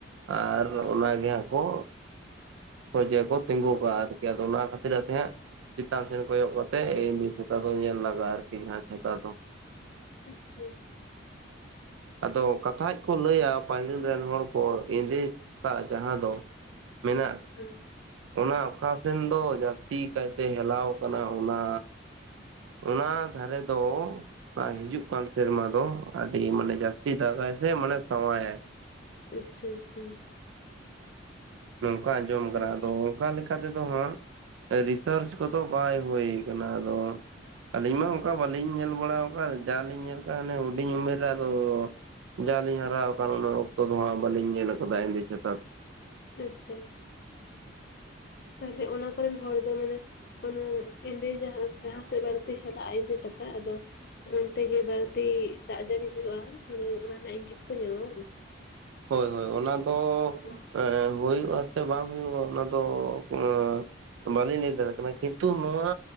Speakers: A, on the right; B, on the left.
A: ᱟᱨ
B: ᱟᱪᱪᱷᱟ
A: ᱚᱱᱟᱜᱮ ᱦᱟᱸᱜ ᱠᱚ ᱥᱚᱡᱮ ᱠᱚ ᱛᱤᱸᱜᱩ ᱠᱟᱜᱼᱟ ᱟᱨᱠᱤ ᱟᱫᱚ ᱚᱱᱟ ᱠᱷᱟᱹᱛᱤᱨ ᱛᱮ ᱦᱟᱸᱜ ᱪᱤᱛᱟᱱ ᱥᱮᱱ ᱠᱚᱭᱚᱜ ᱠᱟᱛᱮᱜ ᱮᱢᱱᱤ ᱪᱷᱟᱛᱟ ᱫᱚ ᱧᱮᱞ ᱞᱟᱜᱟᱜᱼᱟ ᱟᱨᱠᱤ ᱡᱟᱦᱟᱸ ᱪᱷᱟᱛᱟ ᱫᱚ
B: ᱟᱪᱪᱷᱟ
A: ᱟᱫᱚ ᱠᱟᱛᱷᱟᱡ ᱠᱚ ᱞᱟᱹᱭᱟ ᱯᱟᱹᱦᱤᱞ ᱨᱮᱱ ᱦᱚᱲ ᱠᱚ ᱮᱸᱫᱮ ᱪᱷᱟᱛᱟᱜ ᱡᱟᱦᱟᱸ ᱫᱚ ᱢᱮᱱᱟᱜ
B: ᱦᱮᱸ
A: ᱚᱱᱟ ᱚᱠᱟ ᱥᱮᱱ ᱫᱚ ᱡᱟᱹᱥᱛᱤ ᱠᱟᱭᱛᱮ ᱦᱮᱞᱟᱣ ᱠᱟᱱᱟ ᱚᱱᱟ ᱚᱱᱟ ᱫᱷᱟᱨᱮ ᱫᱚ ᱟᱨ ᱦᱤᱡᱩᱜ ᱠᱟᱱ ᱥᱮᱨᱢᱟ ᱫᱚ ᱟᱹᱰᱤ ᱢᱟᱱᱮ ᱡᱟᱹᱥᱛᱤ ᱫᱟᱜᱼᱟᱭ ᱥᱮ ᱢᱟᱱᱮ ᱥᱟᱶᱣᱟᱭᱟᱭ᱾
B: ᱟᱪᱷᱟ ᱟᱪᱷᱟ᱾
A: ᱱᱚᱝᱠᱟ ᱟᱸᱡᱚᱢ ᱠᱟᱱᱟ
B: ᱟᱪᱪᱷᱟ
A: ᱟᱫᱚ ᱚᱱᱠᱟ ᱞᱮᱠᱟ ᱛᱮᱫᱚ ᱦᱟᱸᱜ ᱨᱤᱥᱟ. ᱨᱪ ᱠᱚᱫᱚ ᱵᱟᱭ ᱦᱩᱭ ᱠᱟᱱᱟ ᱟᱫᱚ ᱟᱹᱞᱤᱧ ᱢᱟ ᱚᱝᱠᱟ ᱵᱟᱹᱞᱤᱧ ᱧᱮᱞ ᱵᱟᱲᱟᱣ ᱠᱟᱜᱼᱟ ᱡᱟᱣ ᱞᱤᱧ ᱧᱮᱞ ᱠᱟᱜᱼᱟ ᱚᱱᱮ ᱦᱩᱰᱤᱧ ᱩᱢᱮᱨ ᱨᱮ ᱟᱫᱚ ᱡᱟᱣᱞᱤᱧ ᱦᱟᱨᱟᱣ ᱟᱠᱟᱱ ᱚᱱᱟ ᱚᱠᱛᱚ ᱫᱚ ᱦᱟᱸᱜ ᱵᱟᱹᱞᱤᱧ ᱧᱮᱞ ᱠᱟᱫᱟ ᱮᱱᱫᱮ ᱪᱷᱟᱛᱟ ᱫᱚ᱾
B: ᱟᱪᱷᱟ᱾ ᱛᱟᱦᱚᱞᱮ ᱚᱱᱟ ᱠᱚᱨᱮᱱ ᱦᱚᱲ ᱫᱚ ᱢᱟᱱᱮ ᱢᱟᱱᱮ ᱮᱱᱫᱮ ᱡᱟᱦᱟᱸ ᱡᱟᱦᱟᱸ ᱥᱮᱫ ᱵᱟᱹᱲᱛᱤ ᱪᱟᱞᱟᱜᱼᱟᱭ ᱤᱱᱫᱮ ᱪᱷᱟᱛᱟ ᱟᱫᱚ ᱚᱱᱛᱮ ᱜᱮ ᱵᱟᱹᱲᱛᱤ ᱫᱟᱜ ᱡᱟᱹᱲᱤ ᱦᱩᱭᱩᱜᱼᱟ ᱚᱱᱟ ᱨᱮᱱᱟᱜ ᱤᱝᱜᱤᱛᱠᱚ ᱧᱟᱢᱟ ᱵᱟᱝ?
A: ᱦᱳᱭ ᱦᱳᱭ ᱚᱱᱟ ᱫᱚ
B: ᱟᱪᱪᱷᱟ ᱟᱪᱪᱷᱟ
A: ᱮᱻ ᱦᱩᱭᱩᱜ ᱟᱥᱮ ᱵᱟᱝ ᱦᱩᱭᱩᱜᱼᱟ ᱚᱱᱟ ᱫᱚ ᱟᱻ ᱵᱟ. ᱞᱤᱧ ᱞᱟᱹᱭ ᱫᱟᱲᱮᱭᱟᱜ ᱠᱟᱱᱟ ᱠᱤᱱᱛᱩ ᱱᱚᱣᱟᱻᱻ